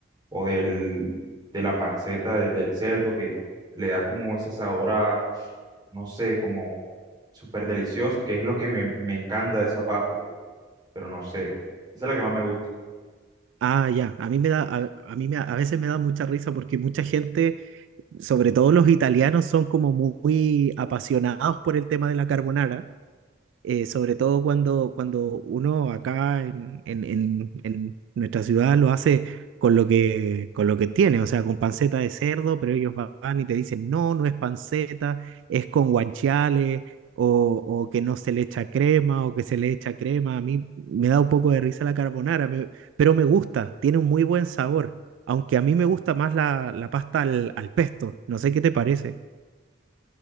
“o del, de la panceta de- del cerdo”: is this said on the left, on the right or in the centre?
Right